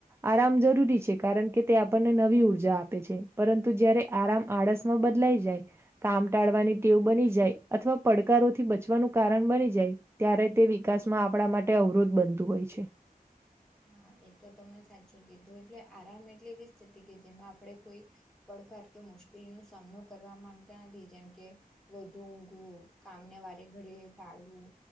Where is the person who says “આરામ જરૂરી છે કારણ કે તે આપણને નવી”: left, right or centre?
Right